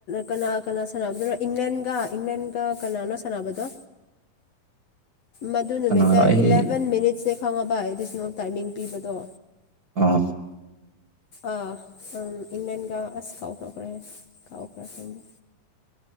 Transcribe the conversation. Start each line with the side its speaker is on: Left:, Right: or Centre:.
Left: ꯀꯅꯥ ꯀꯅꯥ ꯁꯥꯟꯅꯕꯗꯨꯅꯣ ꯏꯪꯂꯦꯟꯒ ꯏꯪꯂꯦꯟꯒ ꯀꯅꯥꯅꯣ ꯁꯥꯟ ꯅ ꯁꯥꯟꯅꯕꯗꯣ
Right: <inaudible>
Left: ꯃꯗꯨ ꯅꯨꯃꯤꯠꯇ
Right: ꯀꯅꯥꯔ ꯑꯩ
Left: ꯏꯂꯚꯦꯟ ꯃꯤꯅꯤꯠꯁꯁꯦ ꯈꯪꯉꯕ ꯑꯦꯗꯤꯁꯅꯦꯜ ꯇꯥꯏꯃꯤꯡ ꯄꯤꯕꯗꯣ
Right: ꯑꯥ꯫
Left: ꯑꯥ ꯑꯝ ꯏꯪ꯭ꯂꯦꯟ ꯒ ꯑꯁ ꯀꯥꯎꯊꯣꯛꯈ꯭ꯔꯦꯍꯦ ꯀꯥꯎꯈ꯭ꯔꯦ ꯈꯪꯗꯦ